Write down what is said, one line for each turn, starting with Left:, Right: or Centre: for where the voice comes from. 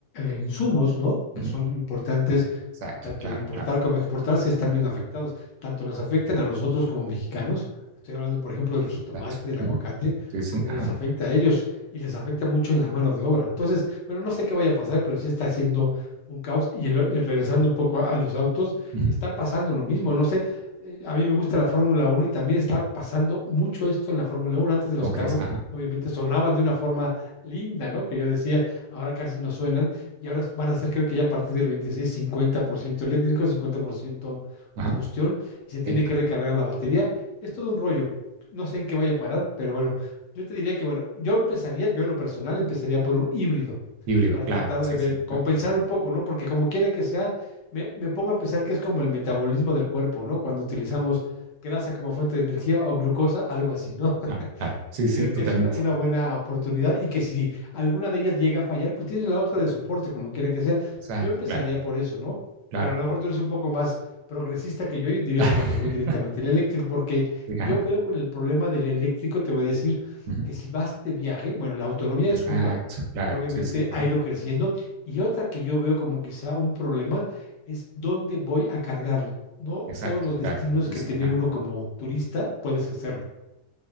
Left: insumos, ¿no? Que
Right: Ujú,
Left: son importantes
Right: Exacto,
Left: tanto
Right: claro,
Left: de importar
Right: claro,
Left: como exportar, se están viendo afectados. Tanto nos afectan a nosotros como mexicanos, estoy hablando, por ejemplo, del jitomate,
Right: exacto.
Left: del aguacate,
Right: ujú, Sí, sí,
Left: como
Right: ajá.
Left: les afecta a ellos y les afecta mucho en la mano de obra. Entonces, bueno, no sé qué vaya a pasar, pero sí está haciendo un caos. Y, lo- y regresando un poco a, a, los autos,
Right: ujú.
Left: está pasando lo mismo. No sé, eh, a mí me gusta la Fórmula uno y también está pasando mucho esto en la Fórmula uno Antes de
Right: ¿Cómo
Left: los carros,
Right: crees? Ajá,
Left: obviamente, sonaban de una forma linda, ¿no? Que yo decía, ahora casi no suenan y ahora van a ser creo que ya a partir del veintiséis cincuenta por ciento eléctrico, 50%
Right: ajá.
Left: combustión, y se tiene
Right: ok,
Left: que
Right: ah,
Left: recargar la batería. Es todo un rollo. No sé en qué vaya a parar, pero bueno, yo te diría que, bueno, yo empezaría, yo en lo personal, empezaría por un híbrido
Right: Híbrido,
Left: para
Right: claro,
Left: tratar
Right: sí,
Left: de ver,
Right: sí.
Left: compensar
Right: ah,
Left: un poco, ¿no? Porque como quiera que sea, me, me pongo a pensar que es como el metabolismo del cuerpo, ¿no? Cuando utilizamos grasa como fuente de energía o glucosa, algo así, ¿no?
Right: claro, claro. Sí, sí,
Left: creo
Right: totalmente.
Left: que es una, una buena oportunidad y que si alguna de ellas llega a fallar, pues tienes la otra de soporte, como quiera que sea.
Right: Exacto,
Left: Yo empezaría
Right: claro,
Left: por eso, ¿no?
Right: claro.
Left: Pero a lo mejor tú eres un poco más progresista que yo y dirías,
Right: <laughs>
Left: no, me voy directamente al eléctrico, porque
Right: Sí, ajá.
Left: yo veo con el problema del eléctrico, te voy a decir
Right: Ujú.
Left: que si vas de viaje, bueno, la autonomía
Right: Exacto,
Left: es una,
Right: claro,
Left: que obviamente
Right: sí, sí, ajá,
Left: ha ido creciendo, y otra que yo veo como quizá un problema es dónde voy a cargarlo. No
Right: exacto,
Left: todos los destinos
Right: claro, sí,
Left: que
Right: sí,
Left: tiene
Right: ajá.
Left: uno como turista puedes hacerlo.